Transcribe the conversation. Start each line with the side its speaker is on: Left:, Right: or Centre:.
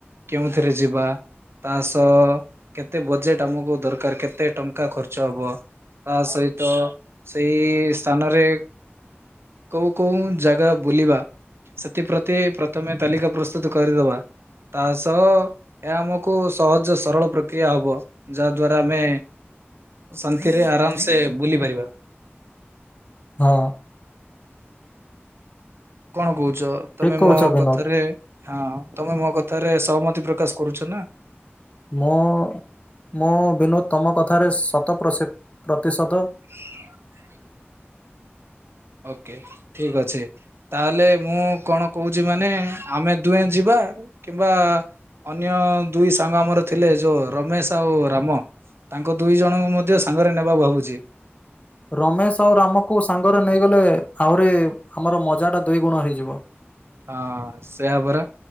Right: କେଉଁଥିରେ ଯିବା? ତା ସ-ଅ-ଅ-ଅ କେତେ ବଜେଟ୍ ଆମକୁ ଦରକାର କେତେ ଟଙ୍କା ଖର୍ଚ୍ଚ ହବ। ତା ସହିତ ସେଇ ସ୍ଥାନରେ କୋଉ କୋଉଁ ଜାଗା ବୁଲିବା ସେଥିପ୍ରତି ପ୍ରଥମେ ତାଲିକା ପ୍ରସ୍ତୁତ କରିଦବା। ତା ସହ ଏହା ଆମକୁ ସହଜ ସରଳ ପ୍ରକ୍ରିୟା ହବ ଯାହା ଦ୍ଵାରା ଆମେ ଶନ୍ତିରେ ଆରାମ୍ ସେ ବୁଲି ପାରିବା।
Left: ହଁ।
Right: କଣ କହୁଚ
Left: ଠିକ
Right: ତମେ
Left: କହୁଛ
Right: ମୋ
Left: ବିନୋଦ।
Right: କଥାରେ ହଁ ତମେ ମୋ କଥାରେ ସହମତି ପ୍ରକାଶ କରୁଛ ନା।
Left: ମୋ-ଓ-ଓ ମୋ ବିନୋଦ ତମ କଥାରେ ଶତ ପ୍ରଶିତ୍ ପ୍ରତିଶଦ।
Right: <unintelligible> ଓ କେ ଠିକ୍ ଅଛି। ତା ହେଲେ ମୁଁ କଣ କହୁଛି ମାନେ ଆମେ ଦୁହେଁ ଯିବା କିମ୍ବା-ଆ-ଆ-ଆ ଅନ୍ୟ ଦୁଇ ସାଙ୍ଗ ଆମର ଥିଲେ ଯୋଉ ରମେଶ ଆଉ ରାମ। ତାଙ୍କ ଦୁଇ ଜଣଙ୍କୁ ମଧ୍ୟ ସାଙ୍ଗରେ ନେବା ଭାବୁଚି।
Left: ରମେଶ ଆଉ ରାମକୁ ସାଙ୍ଗରେ ନେଇଗଲେ ଏ ଆହୁରି ଆମର ମଜାଟା ଦୁଇ ଗୁଣ ହୋଇଯିବ।
Right: ହଁ-ଅ-ଅ ସେଇଆ ପରା।